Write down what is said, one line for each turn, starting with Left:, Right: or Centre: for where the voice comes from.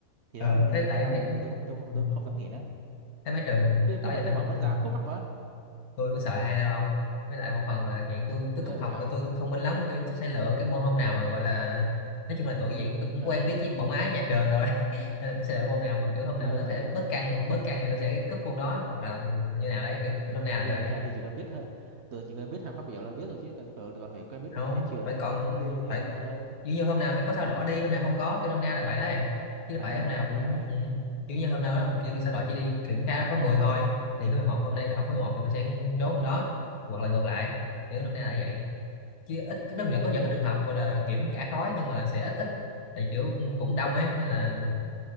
Right: thì
Left: ờ
Right: đó thì lên
Left: thế
Right: trường
Left: tại
Right: cấp ba
Left: mấy
Right: này là tôi tôi mới- tôi không
Left: ừ,
Right: tôi mới không dám nghỉ nữa
Left: thế mấy trường
Right: thế thế
Left: đó
Right: mà
Left: giờ
Right: thế
Left: tôi học
Right: mà ông vẫn
Left: ừ,
Right: dám cúp học á
Left: tôi có sợ ai đâu không với lại một phần là chuyện tôi
Right: ghê
Left: tôi cúp
Right: vậy
Left: học
Right: trời
Left: thì tôi thông minh lắm kiểu tôi sẽ lựa cái môn hôm nào mà gọi là nói chung là tụi dạng tôi cũng
Right: ờ,
Left: quen biết với bộ máy nhà trường rồi <laughs> nên là tôi sẽ lựa môn nào mà kiểu hôm
Right: ghê
Left: nào nó sẽ
Right: vậy
Left: bớt căng bớt căng thì tôi sẽ cúp môn đó hoặc là như nào đấy kiểu, kiểu năm nay
Right: ghê
Left: là như vậy
Right: vậy trời thì chỉ cần biết thôi tôi chỉ cần biết hai khóa biểu là biết rồi chứ cần còn phải quen biết bộ
Left: đâu
Right: máy nhà trường
Left: phải
Right: nữa
Left: còn
Right: mới, mới ghê chứ
Left: phải
Right: ông nội ơi
Left: kiểu như hôm nào sẽ có sao đỏ đi hôm nào không có kiểu năm nay là vậy đấy chứ
Right: à
Left: phải hôm nào
Right: à
Left: cũng
Right: ghê vậy
Left: ừ. kiểu như hôm nào đó kiểu sao đỏ chỉ đi kiểm tra khóa 10 thôi thì khóa 11 hôm nay tôi học khóa 11 thì tôi sẽ chốt hôm đó hoặc là ngược lại kiểu năm nay là vậy chứ ít nó vẫn có vẫn có trường hợp gọi là kiểm cả khối nhưng mà sẽ ít ít thì kiểu ừ, cũng đông ấy nên là